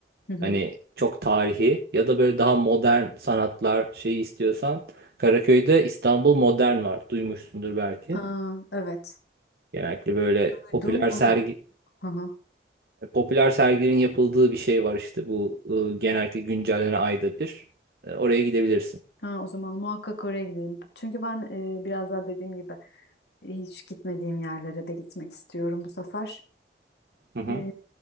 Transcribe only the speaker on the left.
hı.
Aa, evet.
Duydum ona.
Hı hı.
Ha, o zaman muhakkak oraya gidelim. Çünkü ben e, biraz daha dediğim gibi hiç gitmediğim yerlere de gitmek istiyorum bu sefer.
E,